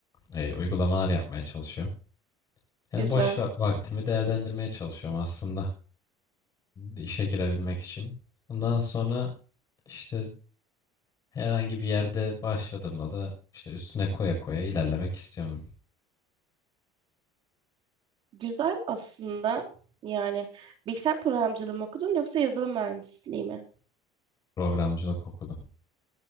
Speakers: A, on the left (about 30°); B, on the right (about 45°).
A: Ee, uygulamalar yapmaya çalışıyorum. Yani
B: Güzel.
A: boş va- vaktimi değerlendirmeye çalışıyorum aslında işe girebilmek için. Ondan sonra işte herhangi bir yerde başladığımda da işte üstüne koya koya ilerlemek istiyorum.
B: Güzel aslında. Yani bilgisayar programcılığı mı okudun yoksa yazılım mühendisliği mi?
A: Programcılık okudum.